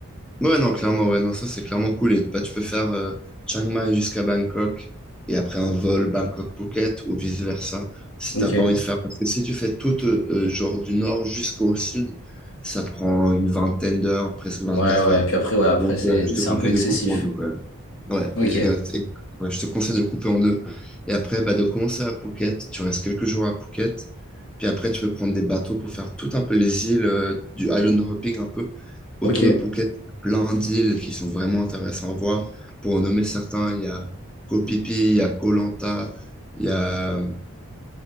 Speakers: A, in the centre; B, on the left.
A: Ouais, non, clairement, ouais, non, ça c'est clairement cool. Et bah, tu peux faire euh, Chiang Mai jusqu'à Bangkok et après un vol Bangkok-Phuket ou vice-versa si
B: Ok.
A: t'as pas envie de faire. Parce que si tu fais tout, euh, euh, genre du nord jusqu'au sud, ça te prend une vingtaine d'heures, presque 24
B: Ouais, ouais.
A: heures.
B: Et puis après, ouais, après,
A: Donc,
B: c'est,
A: euh, je te
B: c'est
A: conseille
B: un peu excessif.
A: de couper en deux, quoi. Ouais,
B: Ok.
A: exact. Et- ouais, je te conseille de le couper en deux. Et après, bah, de commencer à Phuket, tu restes quelques jours à Phuket, puis après, tu peux prendre des bateaux pour faire tout un peu les îles, euh, du island hopping un peu. Autour
B: Ok.
A: de Phuket, il y a plein d'îles qui sont vraiment intéressantes à voir. Pour en nommer certains, il y a Koh Phi Phi, il y a Koh Lanta, il y a